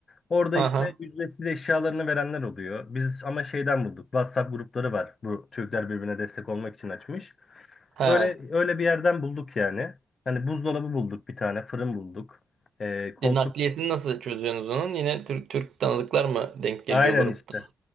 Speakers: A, on the left; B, on the right.
A: Orada
B: Aha.
A: işte ücretsiz eşyalarını verenler oluyor. Biz ama şeyden bulduk. WhatsApp grupları var. Bu Türkler birbirine destek olmak için açmış.
B: He.
A: Öyle öyle bir yerden bulduk yani. Hani buzdolabı bulduk bir tane, fırın bulduk. E, koltuk.
B: E, Nakliyesini nasıl çözüyorsunuz onun? Yine Türk Türk tanıdıklar mı denk geliyor
A: Aynen
B: gruptan?
A: işte.